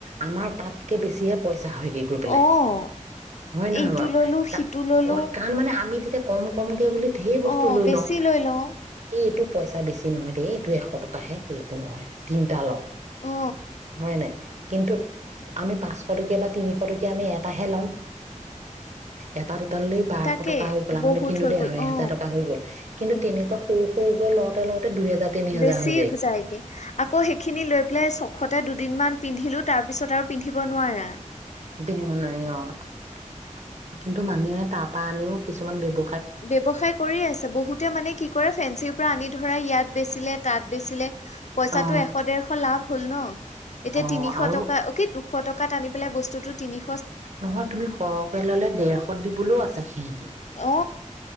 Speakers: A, on the right; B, on the left.
A: আমাৰ তাতকে বেছিহে প পইচা হয় গে গৈ পেলাই
B: অ',
A: হয় নহয়
B: এইটো
A: বাৰু?
B: ললো সিটো ললো
A: অ কাৰণ মানে আমি তেতিয়া কম-কম কে বুলি ধেৰ বস্তু
B: অ
A: লৈ
B: বেছি
A: লওঁ
B: লৈ লওঁ
A: এইটো পইছা বেছি নহয় দেই এইটো এশ টকাহে একো নহয় তিনিটা ল ৷
B: অ
A: হয় নাই? কিন্তু আমি পাঁচশ টকীয়া বা তিনিশ টকীয়া আমি এটাহে লম এটা দুট বাৰশ
B: তাকেই
A: টকা হৈ গ'ল আৰু
B: বহুত
A: নিকিনো
B: হৈ
A: দেই
B: গ'ল
A: আৰু এহেজাৰ
B: অ
A: টকা হৈ গ'ল কিন্তু তেনেকুৱা সৰু সৰুকৈ লওঁতে লওঁতে দুহেজাৰ তিনি হেজাৰ
B: বেছি
A: হৈ
B: যায়গে আকৌ সেইখিনি লৈ পেলাই চখতে দুট দুদিনমান পিন্ধিলো তাৰ পিছত আৰু পিন্ধিব নোৱাৰা।
A: পিন্ধিব নোৱাৰি অ ' কিন্তু মানুহে তাৰপৰা আনিও কিছুমান ব্যৱ
B: ব্যৱসায় কৰি আছে বহুতে মানে কি কৰে ফেঞ্চি পৰা আনি ধৰা ইয়াত বেছিলে তাত বেছিলে পইচাটো
A: অ
B: এশ দেৰশ লাভ ভুল ন? এতিয়া
A: অ
B: তিনিশ
A: আৰু
B: টকা অ' কি দুশ টকা। কাত আনি পাই বস্তু তিনি
A: নহয় তুমি সৰহকে ল'লে ডৰশত <inaudible> দিবলৈও আছা সিহঁতি।
B: অ